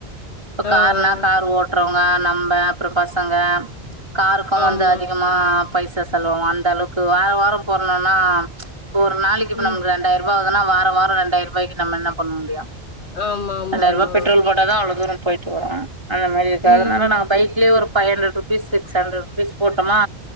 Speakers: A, on the right; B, on the left.
A: இப்பக்
B: ஆ
A: கார்னா
B: ஆ
A: கார் ஓட்ட றவங்க நம்ப அப்றொ பசங்க ‍கார்க்கு
B: ஆமா
A: வந்து அதிகமா பைசா செலவாவு அந்தளவுக்கு வார வாரம் போறணுன்னா ப ஒரு நாளக்கி இப்ப
B: ம்
A: நமக்கு ரெண்டாயிருபா ஆவ்துனா வாரா வாரோ ரெண்டாய்ருவாய்க்கி நம்ம என்ன பண்ண முடியு
B: ஆமா ஆமா
A: ரெண்டாய்ருவா
B: ஆமா
A: பெட்ரோல் போட்டா தா அவ்ளோ தூரம் போயிட்டு வரோ அந்த மாரி இருக்கு
B: ம்
A: அதனால நாங்க பைக்லயே ஒரு five hundred rupees six hundred rupees போட்டமா